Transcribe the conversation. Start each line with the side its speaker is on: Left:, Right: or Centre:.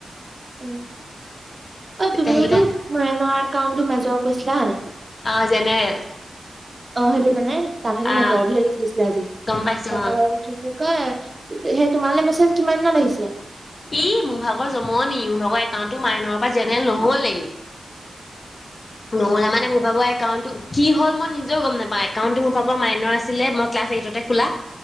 Right: উম, অ,
Left: তেতিয়া
Right: তুমিওতো
Left: সেইকেইটা
Right: মনৰ একাউণ্টটো মেজৰ কৰিছিলা হয়নে
Left: অ জেনেৰেল
Right: অ সেটো মানে তাত হেনো
Left: আহ
Right: মেজৰ বুলিহে লিখি দিছিলে আজি,
Left: গম পাইছো
Right: তাৰ পা
Left: অ।
Right: আৰু কি বুলি কয়? তেতিয়াহে, তোমালে মেছেজ কিমান দিনত আহিছিলে?
Left: এই মোৰ ভাগৰ জমনি, মোৰ ভাগৰ একাউণ্টটো মাইনৰ পৰা জেনেৰেল নহলেই। নহলে মানে, মোৰ ভাগৰ একাউণ্টো কি হ'ল, মই নিজেও গম নাপাওঁ, একাউণ্টো মোৰ মোৰ ভাগৰ মাইনৰ আছিলে মই ক্লাছ এইটতে খোলা